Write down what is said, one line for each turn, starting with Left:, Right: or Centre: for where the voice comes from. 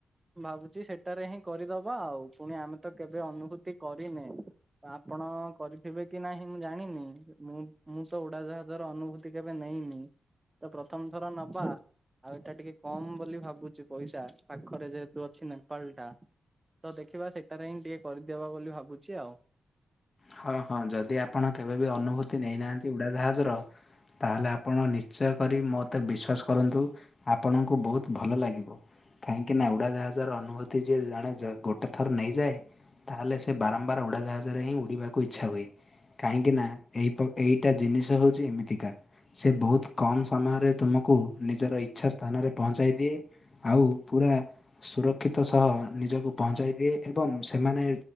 Right: ଭାବୁଛି ସେଟାରେ ହିଁ କରିଦବା ଆଉ ପୁଣି ଆମେ ତ କେବେ ଅନୁଭୂତି କରିନେ। ଆପଣ କରିଥିବେ କି ନାହିଁ ମୁଁ ଜାଣିନି, ମୁଁ, ମୁଁ ତ ଉଡାଜାହଜର ଅନୁଭୂତି କେବେ ନେଇନି। ତ ପ୍ରଥମଥର ନବା ଆଉ ଏଟା ଟିକେ କମ୍ ବୋଲି ଭାବୁଛି ପଇସା ପାଖରେ ଯେହେତୁ ଅଛି ନେପାଳ ଟା। ତ ଦେଖିବା ସେଟାରେ ହିଁ ଟିକେ କରିଦେବା ବୋଲି ଭାବୁଛି ଆଉ।
Left: ହଁ ହଁ ଯଦି ଆପଣ କେବେ ବି ଅନୁଭୂତି ନେଇନାହାନ୍ତି ଉଡାଜାହଜର ତାହେଲେ ଆପଣ ନିଶ୍ଚୟ କରି ମୋତେ ବିଶ୍ୱାସ କରନ୍ତୁ। ଆପଣଙ୍କୁ ବହୁତ ଭଲ ଲାଗିବ। କାହିଁକି ନା ଉଡାଜାହାଜର ଅନୁଭୂତି ଯିଏ ଜଣେ ଗୋଟେ ଥର ନେଇଯାଏ। ତାହେଲେ ସେ ବାରମ୍ବାର ଉଡ଼ାଜାହାଜରେ ହିଁ ଉଡ଼ିବାକୁ ଇଚ୍ଛା ହୁଏ। କାହିଁକି ନା ଏଇପ ଏଇଟା ଜିନିଷ ହଉଛି ଏମିତିକା। ସେ ବହୁତ କମ୍ ସମୟରେ ତୁମକୁ ନିଜର ଇଚ୍ଛା ସ୍ଥାନରେ ପହଞ୍ଚାଇ ଦିଏ। ଆଉ ପୁରା ସୁରକ୍ଷିତ ସହ ନିଜକୁ ପହଞ୍ଚାଇ ଦିଏ ଏବଂ ସେମାନେ